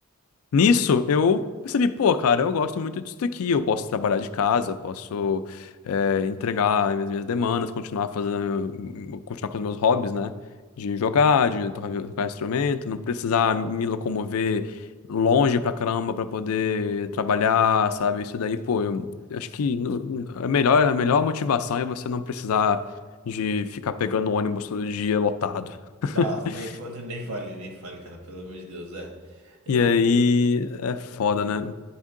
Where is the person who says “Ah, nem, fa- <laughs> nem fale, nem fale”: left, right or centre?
Right